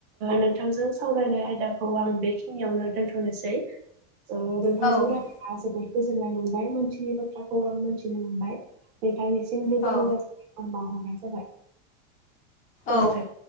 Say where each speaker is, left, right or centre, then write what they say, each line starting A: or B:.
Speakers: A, on the right (about 60°); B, on the left (about 20°).
A: नोंथांजों सावरायनाय आयदाखौ आं बेखिनियावनो दथ'नोसै नोंथांजों
B: औ
A: राया जोबोर गोजोननाय मोनबाय मोनसिनि बाथ्राखौ आं मोनथिनो मोनबाय नोंथांनि जग
B: औ
A: जारि ज
B: औ
A: ब